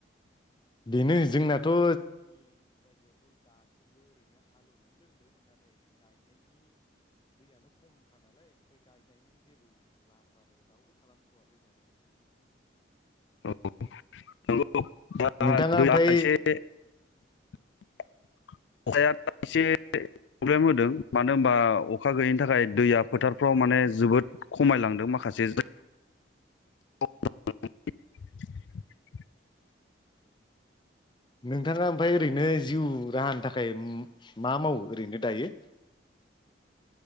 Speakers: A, on the left (about 25°); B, on the left (about 75°).
A: बेनो जो
B: औ नंगौ। <unintelligible>
A: नोंथाङा
B: दैया
A: ओमफ्राय
B: एसे अखाया एसे प्रब्लेम होदों मानो होनबा अखा गैयिनि थाखाय दैया फोथारफ्राव माने जोबोद खमायलांदों माखासे <unintelligible>
A: नोंथाङा ओमफाय ओरैनो जिउ राहानि थाखाय म मा मावो ओरैनो दायो?